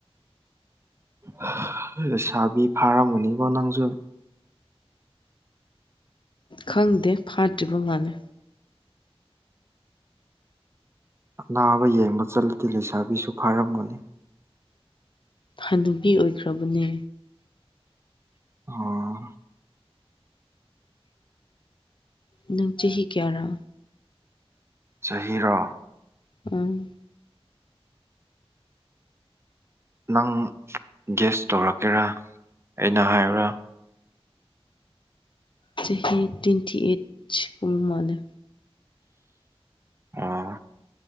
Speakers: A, on the right; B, on the left.
A: ꯍꯥ ꯂꯩꯁꯥꯕꯤ ꯐꯥꯔꯝꯃꯅꯤꯕꯣ ꯅꯪꯖꯨ
B: ꯈꯪꯗꯦ ꯐꯥꯗ꯭ꯔꯤꯕ ꯃꯥꯜꯂꯦ
A: ꯑꯅꯥꯕ ꯌꯦꯡꯕ ꯆꯠꯂꯗꯤ ꯂꯩꯁꯥꯕꯤꯁꯨ ꯐꯥꯔꯝꯃꯅꯤ
B: ꯍꯅꯨꯕꯤ ꯑꯣꯏꯈ꯭ꯔꯕꯅꯦ
A: ꯑꯣ
B: ꯅꯪ ꯆꯍꯤ ꯀꯌꯥꯔ
A: ꯆꯍꯤꯔꯣ
B: ꯎꯝ
A: ꯅꯪ ꯒ꯭ꯌꯥꯁ ꯇꯧꯔꯛꯀꯦꯔꯥ ꯑꯩꯅ ꯍꯥꯏꯌꯣꯔꯥ
B: ꯆꯍꯤ ꯇ꯭ꯨꯋꯦꯟꯇꯤ ꯑꯩꯠ ꯁꯨꯔꯕ ꯃꯥꯟꯂꯦ
A: ꯑꯣ